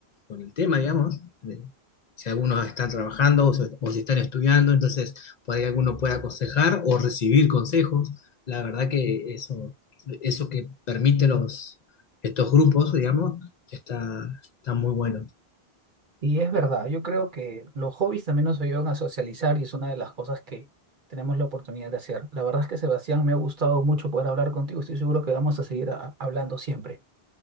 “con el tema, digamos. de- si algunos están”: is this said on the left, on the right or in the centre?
Left